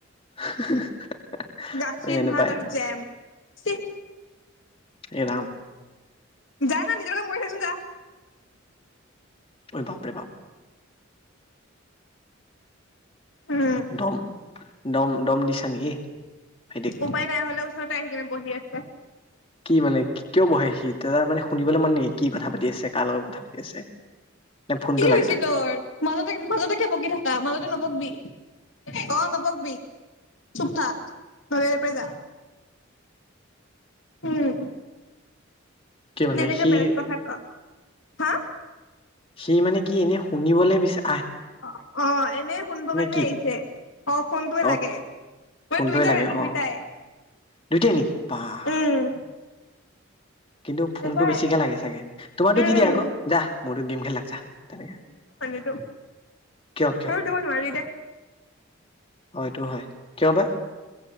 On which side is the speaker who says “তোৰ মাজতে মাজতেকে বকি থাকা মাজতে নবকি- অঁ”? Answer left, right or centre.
Left